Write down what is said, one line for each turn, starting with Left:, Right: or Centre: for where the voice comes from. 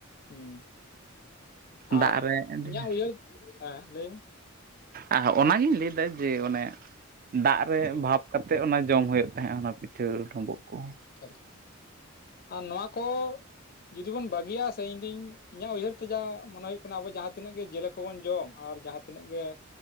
Left: ᱦᱮᱸ
Right: ᱫᱟᱜ
Left: ᱟᱨ ᱤᱧᱟᱹᱜ
Right: ᱨᱮ
Left: ᱩᱭᱦᱟᱹᱨ ᱦᱮᱸ ᱞᱟᱹᱭ ᱢᱮ
Right: ᱟᱨ ᱚᱱᱟᱜᱤᱧ ᱞᱟᱹᱭ ᱮᱫᱟ ᱡᱮ ᱚᱱᱮ ᱫᱟᱜ ᱨᱮ
Left: ᱦᱩᱸ
Right: ᱵᱷᱟᱯ ᱠᱟᱛᱮᱫ ᱚᱱᱟ ᱡᱚᱢ ᱦᱩᱭᱩᱜ ᱛᱟᱦᱮᱸᱫ ᱚᱱᱟ ᱯᱤᱴᱷᱟᱹ ᱰᱩᱸᱵᱩᱜ ᱠᱚ
Left: <unintelligible> ᱟᱨ ᱱᱚᱣᱟ ᱠᱚ ᱡᱩᱫᱤ ᱵᱚᱱ ᱵᱟᱹᱜᱤᱭᱟ ᱥᱮ ᱤᱧ ᱫᱚᱧ ᱤᱧᱟᱹᱜ ᱩᱭᱦᱟᱹᱨ ᱛᱮ ᱡᱟ ᱢᱚᱱᱮ ᱦᱩᱭᱩᱜ ᱠᱟᱱᱟ ᱟᱵᱚ ᱡᱟᱦᱟᱸ ᱛᱤᱱᱟᱹᱜ ᱜᱮ ᱡᱮᱞ ᱦᱟᱴᱤ ᱵᱚᱱ ᱡᱚᱢ ᱟᱨ ᱡᱟᱦᱟᱸ ᱛᱤᱱᱟᱹᱜ ᱜᱮ